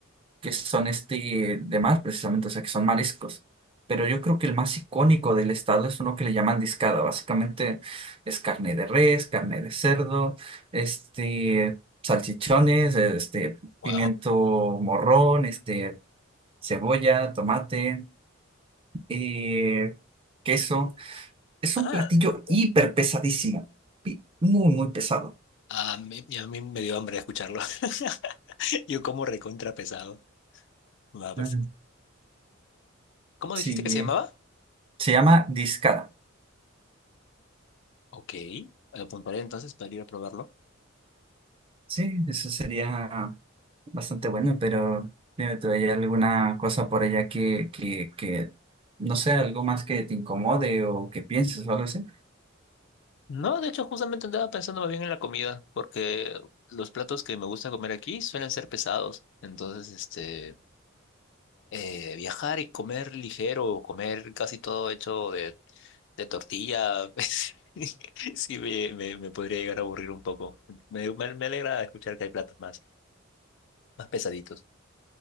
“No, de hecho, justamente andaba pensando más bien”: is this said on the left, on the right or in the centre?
Left